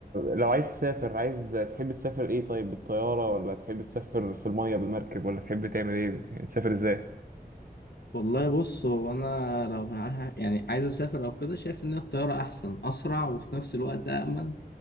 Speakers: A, on the right; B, on the left.
A: لو عايز تسافر عايز تحب تسافر ايه طيب بالطيارة ولا تحب تسافر في المية بالمركب ولا تحب تعمل ايه يعني تسافر ازاي
B: والله بص هو انا لو ه- يعني عايز اسافر او كده شايف ان الطياره احسن اسرع وفي نفس الوقت امن